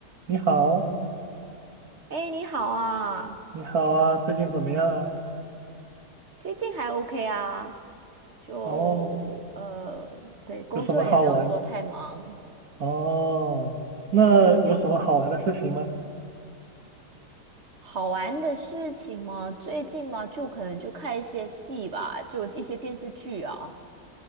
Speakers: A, on the right; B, on the right.
A: 你好，
B: 哎，你好啊，
A: 你好啊，最近怎么样啊？
B: 最近还 OK 啊，就呃，
A: 哦，
B: 对，工作也没有说太忙。
A: 有什么好玩？哦，那有什么好玩的事情吗？
B: 好玩的事情嘛，最近嘛，就可能就看一些戏吧，就一些电视剧啊。